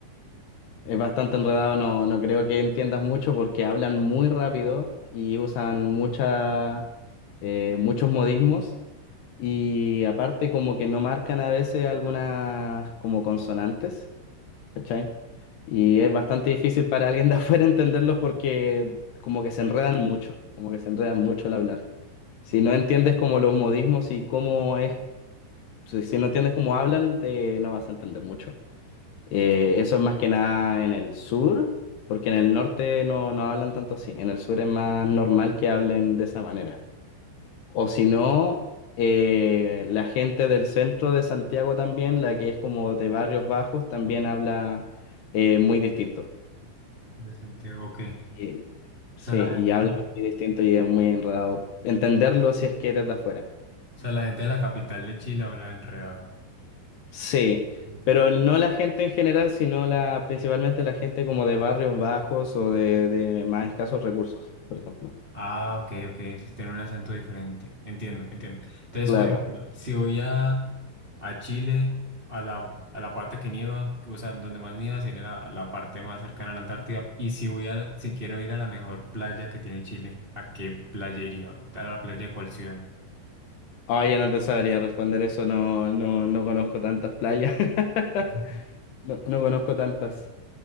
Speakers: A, on the left; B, on the right.
A: Es bastante enredado, no, no creo que entiendas mucho porque hablan muy rápido y usan muchas eh, muchos modismos Y aparte como que no marcan a veces algunas como consonantes, ¿cachai? Y es bastante difícil para alguien de <laughs> afuera entenderlos porque como que se enredan mucho, como que se enredan mucho al hablar. Si no entiendes como los modismos y cómo es, si si no entiendes cómo hablan, te no vas a entender mucho. Eh, eso es más que nada en el sur, porque en el norte no, no hablan tanto así. En el sur es más normal que hablen de esa manera. O si no, eh, la gente del centro de Santiago también, la que es como de barrios bajos, también habla eh, muy distinto.
B: De Santiago, ok.
A: Y- sí,
B: O sea, la,
A: y habla
B: ok.
A: muy distinto y es muy enredado. Entenderlo si es que eres de afuera.
B: O sea, la gente de la capital de Chile habla enredado.
A: Sí,
B: Entiendo.
A: pero no la gente en general, sino la, principalmente la gente como de barrios bajos o de, de más escasos recursos, por ejemplo.
B: Ah, ok, ok. Entonces tiene un acento diferente. Entiendo, entiendo. Entonces,
A: Claro.
B: por ejemplo, si voy a, a Chile, a la, a la parte que nieva, o sea, donde más nieva sería la, la parte más cercana a la Antártida. Y si voy a, si quiero ir a la mejor playa que tiene Chile, ¿a qué playa iría? ¿A la playa de cuál ciudad?
A: Oye, no te sabría responder eso, no, no, no conozco tantas playas. <laughs>
B: <laughs>
A: No, no conozco tantas.